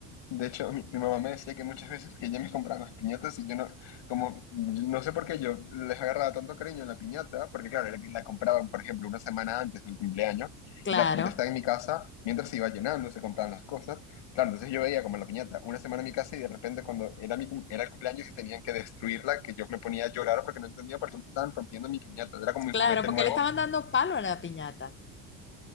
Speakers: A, on the left; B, on the left.
A: De hecho, mi, mi mamá me decía que muchas veces que ella me compraba las piñatas y yo no, como, yo no sé por qué yo les agarraba tanto cariño a la piñata, porque claro, era que la compraban, por ejemplo, una semana antes del cumpleaños
B: Claro,
A: y la piñata estaba en mi casa mientras se iba llenando, se compraban las cosas. Claro, entonces yo veía como la piñata una semana en mi casa y de repente cuando era, mi, cum- era el cumpleaños y tenían que destruirla, que yo me ponía a llorar porque no entendía por qué me estaban rompiendo mi piñata. Era como mi
B: claro,
A: juguete
B: porque
A: nuevo.
B: le estaban dando palo a la piñata.